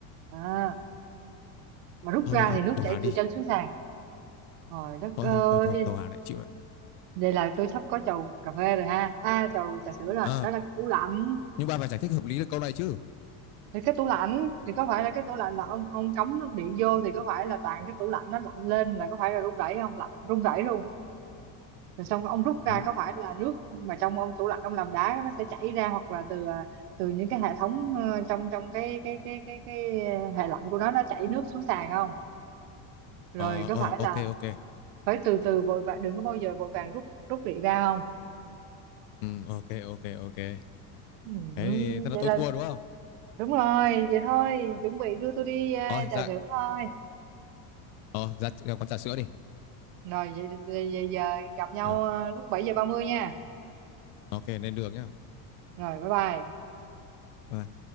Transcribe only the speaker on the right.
à, mà rút
ra
thì nước
chảy
từ chân xuống sàn trời đất
ơi
đây là tôi sắp có chầu cà phê rồi ha à chầu trà sữa rồi
đó là cái tủ lạnh
thì cái tủ lạnh thì có phải là cái tủ lạnh là ông ông cắm nước điện vô thì có phải là toàn cái tủ lạnh nó lạnh lên là có phải là rung rẩy không lạnh rung rẩy luôn rồi xong ông rút ra
có phải là nước mà trong ông tủ lạnh ông làm đá nó sẽ chảy ra hoặc là từ à, từ những cái hệ thống ờ, trong trong cái cái cái cái cái ờ, hệ lạnh của nó nó chảy nước xuống sàn không rồi
có
phải
là
phải từ từ vội vàng đừng có bao giờ vội vàng rút rút điện ra không
Ừm,
vậy
là
đúng rồi vậy thôi chuẩn bị đưa tôi đi à,
trà
sữa thôi
rồi vậy, vậy, vậy giờ gặp nhau
à, lúc 7 giờ 30 nha
rồi bye bye